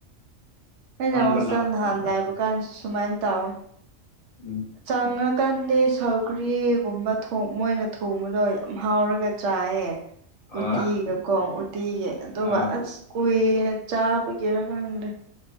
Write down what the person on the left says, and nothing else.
ꯑꯍꯥꯟꯕ
ꯂꯥꯛꯄ
ꯃꯇꯝꯗ
ꯎꯝ
ꯑ
ꯑ